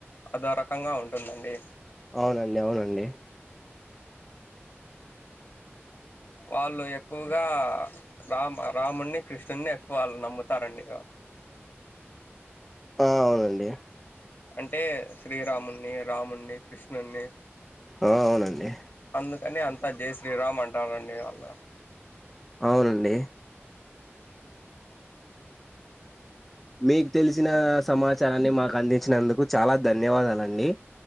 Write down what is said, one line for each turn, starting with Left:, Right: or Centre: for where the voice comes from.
Left: అదో రకంగా ఉంటుందండి
Centre: అవునండి అవునండి
Left: వాళ్ళు ఎక్కువగా రామ రాముడిని కృష్ణుడిని ఎక్కువ వాళ్ళు నమ్ముతారండి ఇగ
Centre: ఆ అవునండి
Left: అంటే శ్రీరాముణ్ణి రాముడిని కృష్ణుణ్ణి
Centre: అవునండి
Left: అందుకని అంతా జయ శ్రీరామ్ అంటారండి దేవ్ అల్లాహ్
Centre: అవునండి మీకు తెలిసిన సమా చారాన్ని మాకు అందించినందుకు చాలా ధన్యవాదాలండి